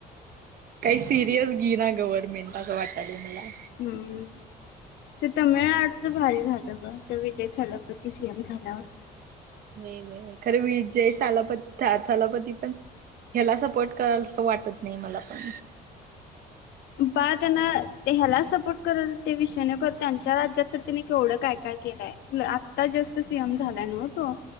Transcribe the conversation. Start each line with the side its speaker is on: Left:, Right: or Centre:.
Right: काही सिरियस घी ना गव्हर्नमेंट असं वाटालं मला
Left: हम्म तर तमिळनाडूच भारी झालं ग तर विजय थलापती सीएम झाल्यावर
Right: वय वय खरे विजयथलापती थलापती पण ह्याला सपोर्ट कराल अस वाटत नाही मला पण
Left: बा त्यांना ह्याला सपोर्ट करल ते विषयने कर त्यांच्या राज्यात तर त्याने केवढं काय काय केलंय आत्ताजस्ट सीएम झालाय नवतो